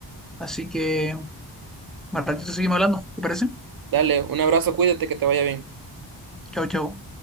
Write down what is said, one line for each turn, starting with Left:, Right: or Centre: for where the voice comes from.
Centre: Así que, más ratito seguimos hablando, ¿te parece?
Right: Dale, un abrazo, cuídate, que te vaya bien.
Centre: Chau, chau.